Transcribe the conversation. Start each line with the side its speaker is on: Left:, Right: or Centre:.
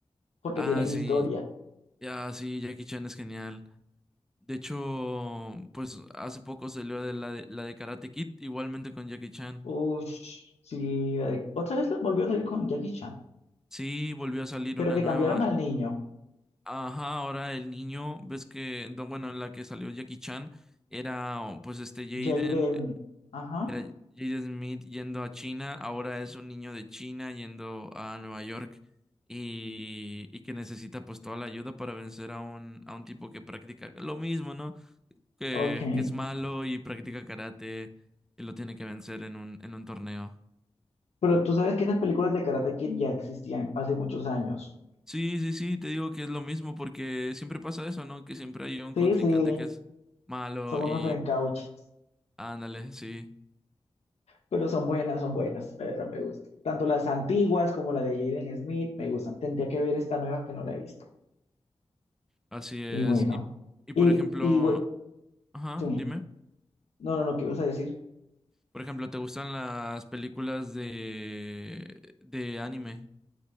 Left: porque
Centre: Ah,
Left: tienen
Centre: sí,
Left: historia.
Centre: Ya, sí, Jackie Chan es genial. De hecho, pues hace poco salió de la de, la de Karate Kid, igualmente con Jackie Chan.
Left: Ush, sí. la de- Otra vez volvió a salir con Jackie Chan,
Centre: Sí, volvió a salir
Left: pero
Centre: una
Left: que
Centre: nueva.
Left: cambiaron al niño,
Centre: Ajá, ahora el niño, ves que, no, bueno, en la que salió Jackie Chan era oh, pues este Jaden,
Left: Jaden.
Centre: eh,
Left: Ajá,
Centre: era Jaden Smith yendo a China, ahora es un niño de China yendo a Nueva York y, y que necesita pues toda la ayuda para vencer a un, a un tipo que practica lo mismo, ¿no? que,
Left: ok.
Centre: que es malo y practica karate y lo tiene que vencer en un, en un torneo.
Left: Pero tú sabes que esas películas de Karate Kid ya existían hace muchos años.
Centre: Sí, sí, sí, te digo que es lo mismo porque siempre pasa eso, ¿no? Que siempre hay un
Left: Sí,
Centre: contrincante
Left: sí,
Centre: que es malo
Left: son unos
Centre: y
Left: reencauches,
Centre: ándale, sí,
Left: pero son buenas, son buenas, la verdad me gusta. Tanto las antiguas como la de Jaden Smith me gustan. Tendría que ver esta nueva que no la he visto.
Centre: así es.
Left: Y bueno,
Centre: Y, y
Left: y,
Centre: por ejemplo,
Left: y
Centre: ajá,
Left: bueno,
Centre: dime.
Left: No, no, no, ¿qué ibas a decir?
Centre: Por ejemplo, ¿te gustan las películas de, de anime?